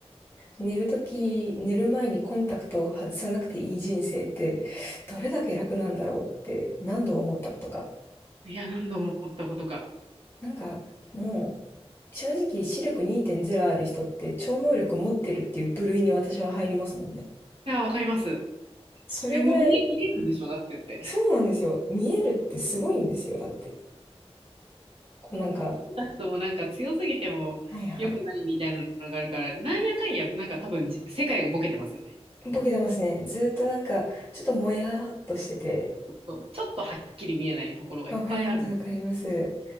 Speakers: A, on the left (about 20°); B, on the right (about 60°).
A: 寝るとき、寝る前にコンタクトを外さなくていい人生って、どれだけ楽なんだろうって何度思ったことか。
B: いや、何度も思ったことか。
A: なんか、もう、正直視力2.0ある人って超能力持ってるっていう部類に私は入りますもんね。
B: いや、わかります。
A: それぐらい、
B: え、もう見え、見えるんでしょだってって。
A: そうなんですよ。見えるってすごいんですよ。だって。こうなんか、
B: で、コンタクトもなんか強すぎても良くないみたいなのがあるから、
A: はいはい。
B: なんやかんや、なんか多分じ世界がボケてますよね。
A: ボケてますね。ずーっとなんか、ちょっともやーっとしてて、
B: そう、ちょっとはっきり見えないところがいっぱいある。
A: わかります、わかります。